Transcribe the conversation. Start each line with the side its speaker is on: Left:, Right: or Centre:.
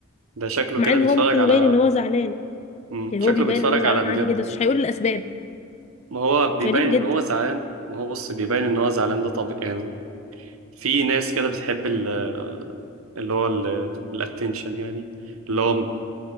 Right: ده شكله
Left: مع
Right: كده
Left: ان
Right: بيتفرج
Left: هو ممكن يبين
Right: على
Left: ان هو زعلان
Right: مم.
Left: يعني
Right: شكله
Left: هو بيبين
Right: بيتفرج
Left: ان هو زعلان
Right: على فيديوهات
Left: عادي جدا بس مش هيقول الاسباب
Right: ما هو بيبين
Left: غريب
Right: ان
Left: جدا
Right: هو زعلان ما هو بص بيبين ان هو زعلان ده طبيعي يعني في ناس كده بتحب ال- اللي هو الاتنشن يعني اللي هو